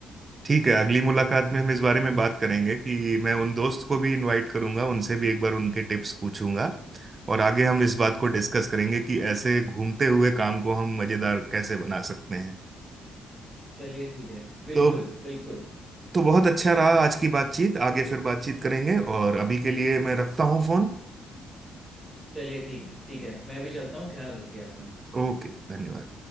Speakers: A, on the right (about 35°); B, in the centre.
A: ठीक है अगली मुलाकात में हम इस बारे में बात करेंगे कि मैं उन दोस्त को भी इनवाइट करूंगा उनसे भी एक बार उनके टिप्स पूछूंगा और आगे हम इस बात को डिस्कस करेंगे कि ऐसे घूमते हुए काम को हम मजेदार कैसे बना सकते हैं
B: चलिए ठीक है बिल्कुल
A: तो
B: बिल्कुल
A: तो बहुत अच्छा रहा आज की बातचीत आगे फिर बातचीत करेंगे और अभी के लिए मैं रखता हूँ फोन
B: चलिए ठीक है ठीक है मैं भी चलता हूँ ख्याल रखिए अपना
A: ओके धन्यवाद